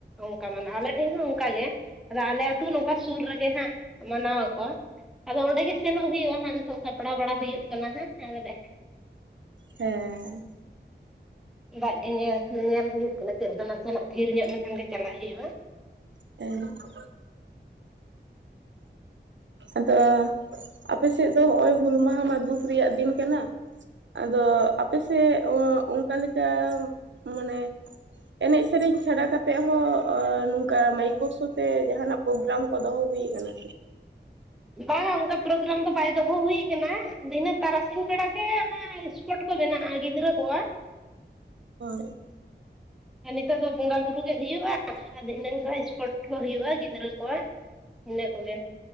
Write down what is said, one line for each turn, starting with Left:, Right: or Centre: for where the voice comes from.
Centre: ᱚᱱᱠᱟ ᱢᱟᱱᱮ ᱟᱞᱮ ᱴᱷᱮᱱ ᱦᱚᱸ ᱚᱱᱠᱟ ᱜᱮ ᱛᱚᱵᱮ ᱟᱞᱮ ᱟᱹᱛᱩ ᱱᱚᱝᱠᱟ ᱥᱩᱨ ᱨᱮᱜᱮ ᱦᱟᱸᱜ ᱢᱟᱱᱟᱣᱟᱠᱚ ᱟᱫᱚ ᱚᱸᱰᱮ ᱜᱮ ᱥᱮᱱᱚᱜ ᱦᱩᱭᱩᱜᱼᱟ ᱦᱟᱸᱜ ᱱᱤᱛᱚᱜ ᱥᱟᱯᱲᱟᱣ ᱵᱟᱲᱟ ᱦᱩᱭᱩᱜ ᱠᱟᱱᱟ ᱦᱟᱸᱜ ᱛᱟᱨᱵᱟᱫᱮ
Right: ᱦᱮᱸ
Centre: ᱫᱟᱜ ᱜᱮ ᱧᱮᱞ, ᱧᱮᱞ ᱦᱩᱭᱩᱜ ᱠᱟᱱᱟ ᱪᱮᱫ ᱞᱮᱠᱟ ᱱᱟᱥᱮᱱᱟᱜ ᱛᱷᱤᱨ ᱧᱚᱜ ᱞᱮᱠᱷᱟᱱ ᱜᱮ ᱪᱟᱞᱟᱜ ᱦᱩᱭᱩᱜ-ᱟ ᱾
Right: <inaudible> ᱟᱫᱚ ᱟᱯᱮᱥᱮᱫ ᱫᱚ ᱦᱚᱜ-ᱚᱭ ᱦᱩᱞ ᱢᱟᱦᱟ ᱢᱟ ᱫᱩᱠ ᱨᱮᱭᱟᱜ ᱫᱤᱱ ᱠᱟᱱᱟ ᱟᱫᱚ ᱟᱯᱮ ᱥᱮᱫ ᱳ ᱚᱱᱠᱟ ᱞᱮᱠᱟ ᱢᱟᱱᱮ ᱮᱱᱮᱡ ᱥᱮᱨᱮᱧ ᱪᱷᱟᱰᱟ ᱠᱟᱛᱮ ᱦᱚᱸ ᱱᱚᱝᱠᱟ ᱢᱟᱭᱤᱠ ᱵᱚᱥ ᱠᱚᱛᱮ ᱡᱟᱦᱟᱱᱟᱜ ᱯᱨᱳᱜᱨᱟᱢ ᱠᱚ ᱫᱚᱦᱚ ᱦᱩᱭ ᱠᱟᱱᱟ
Centre: ᱵᱟᱝ ᱚᱱᱠᱟ ᱯᱨᱳᱜᱨᱟᱢ ᱫᱚ ᱵᱟᱭ ᱫᱚᱦᱚ ᱦᱩᱭᱩᱭ ᱟᱠᱟᱱᱟ ᱫᱤᱱᱟᱹᱜ ᱛᱟᱨᱟᱥᱤᱧ ᱵᱮᱲᱟ ᱜᱮ ᱚᱱᱟ ᱪᱮᱫ ᱠᱚ ᱵᱮᱱᱟᱜ-ᱟ ᱜᱤᱫᱽᱨᱟᱹ ᱠᱚᱣᱟᱜ
Right: ᱦᱳᱭ
Centre: ᱟᱨ ᱱᱤᱛᱚᱜ ᱫᱚ ᱵᱚᱸᱜᱟ ᱵᱩᱨᱩ ᱜᱮ ᱦᱩᱭᱩᱜ-ᱟ ᱟᱨ ᱫᱷᱤᱱᱟᱹᱝ ᱫᱚ ᱥᱯᱴ ᱦᱚᱸ ᱦᱩᱭᱩᱜ-ᱟ ᱜᱤᱫᱽᱨᱟᱹ ᱠᱚᱣᱟᱜ ᱤᱱᱟᱹ ᱠᱚᱜᱮ